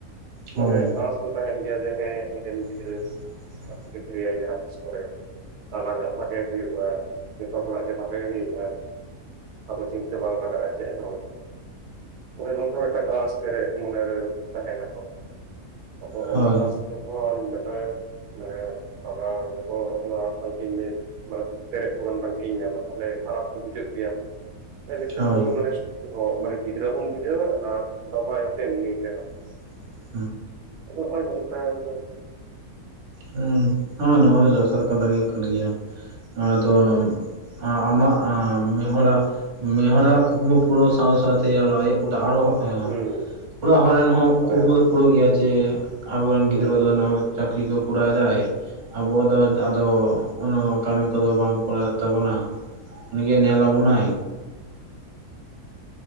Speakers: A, on the right (about 55°); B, on the right (about 85°).
A: ᱦᱳᱭ
B: ᱢᱟᱱᱮ ᱟᱸᱥ ᱫᱚ ᱛᱟᱦᱮᱱ ᱜᱮᱭᱟ ᱡᱮ ᱦᱮᱸ ᱤᱧᱨᱮ
A: <unintelligible>
B: ᱨᱮᱱ ᱪᱟᱠᱨᱤᱭᱟ ᱡᱟᱦᱟᱸ ᱛᱤᱥ ᱠᱚᱨᱮ᱾ ᱟᱞᱟᱝ ᱟᱜ ᱵᱟᱜᱮ ᱦᱩᱭᱩᱜᱼᱟ ᱡᱚᱛᱚ ᱦᱚᱲᱟᱜ ᱜᱮ ᱵᱷᱟᱜᱮ ᱦᱩᱭᱩᱜᱼᱟ᱾ ᱟᱵᱚ ᱪᱤᱱᱛᱟᱹ ᱵᱟᱝ ᱞᱟᱜᱟᱜᱼᱟ ᱪᱮᱫ ᱦᱚᱸ᱾ ᱚᱱᱮ ᱱᱚᱝᱠᱟ ᱢᱤᱫᱴᱟᱝ ᱟᱸᱥ ᱯᱮᱨᱮᱡ ᱢᱚᱱᱮᱨᱮ ᱛᱟᱦᱮᱱᱟ ᱠᱚ᱾ ᱟᱵᱚ
A: ᱦᱳᱭ
B: ᱚᱱᱟ ᱟᱹᱥ ᱛᱮᱦᱚᱱ ᱱᱮᱛᱟᱨ <inaudible> ᱟᱵᱚ ᱠᱚ <unintelligible> ᱯᱩᱨᱚᱱ ᱵᱟᱝᱠᱮᱧ ᱧᱟᱢᱟ ᱛᱟᱦᱚᱞᱮ ᱯᱷᱟᱨᱟᱯ ᱫᱚ ᱦᱤᱡᱩᱜ ᱜᱮᱭᱟ᱾ ᱮᱴᱟᱹᱜ
A: ᱦᱳᱭ
B: ᱢᱟᱱᱮ ᱢᱟᱱᱮ ᱜᱤᱫᱽᱨᱟᱹ ᱦᱚᱢ ᱵᱩᱡᱷᱟᱹᱣᱟ ᱟᱨ ᱵᱟᱵᱟ ᱟᱭᱳᱛᱮ ᱮᱢᱱᱤ ᱛᱮᱦᱚᱸ᱾
A: <unintelligible>
B: ᱱᱚᱜᱼᱚᱭ ᱱᱚᱝᱠᱟᱱ ᱫᱚ᱾
A: ᱦᱮᱸ ᱱᱚᱣᱟ ᱫᱚ ᱡᱚᱛᱷᱟᱛ ᱠᱟᱛᱷᱟ ᱜᱮ ᱠᱟᱱ ᱜᱮᱭᱟ ᱟᱫᱚ ᱟᱢᱟᱜ᱾ ᱚ ᱢᱤᱫᱦᱚᱲᱟᱜ ᱢᱤᱫᱦᱚᱲᱟᱜ ᱠᱩᱠᱢᱩ ᱯᱩᱨᱟᱹᱣ ᱥᱟᱶ ᱥᱟᱶᱛᱮ ᱟᱨ ᱟᱭᱟᱜ ᱟᱨᱚ᱾ ᱦᱮᱸ
B: ᱦᱩᱸ
A: ᱚᱲᱟᱜ ᱦᱚᱲ ᱨᱮᱱ ᱦᱚᱸ
B: ᱢᱟᱱᱮ
A: ᱠᱩᱠᱢᱩ ᱫᱚ ᱯᱩᱨᱟᱹᱜ ᱜᱮᱭᱟ ᱡᱮ᱾ ᱟᱵᱚᱨᱮᱱ ᱜᱤᱫᱽᱨᱟᱹ
B: ᱯᱩᱨᱟᱹ
A: ᱫᱚ ᱱᱟ
B: ᱦᱩᱸ
A: ᱪᱟᱹᱠᱨᱤ ᱠᱚ ᱠᱚᱨᱟᱣᱮᱫᱟᱭ᱾ ᱟᱵᱚᱣᱟᱜ ᱫᱚ ᱟᱫᱚ ᱩᱱᱟᱹᱜ ᱠᱟᱹᱢᱤ ᱠᱚᱫᱚ ᱵᱟᱝ ᱠᱚᱨᱟᱣᱮᱫ ᱛᱟᱵᱚᱱᱟ ᱩᱱᱤᱜᱮᱭ ᱱᱮᱞ ᱟᱵᱚᱱᱟᱭ᱾